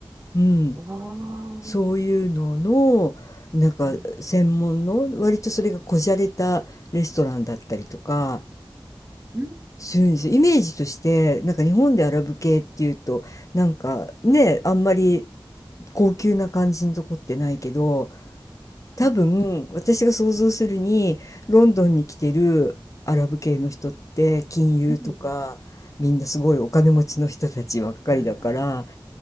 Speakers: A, on the left; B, on the right.
A: うん、
B: おー。
A: そういうのの、なんか専門の、
B: うん。
A: 割とそれがこじゃれたレストランだったりとか、
B: うん。
A: するんですよ。イメージとして、
B: うん。
A: なんか日本でアラブ系っていうと、なんかね、あんまり高級な感じのとこってないけど多分私が想像するにロンドンに来てるアラブ系の人って金融とかみんなすごいお金持ちの人たちばっかりだから
B: うん。うん。うん。うん。うん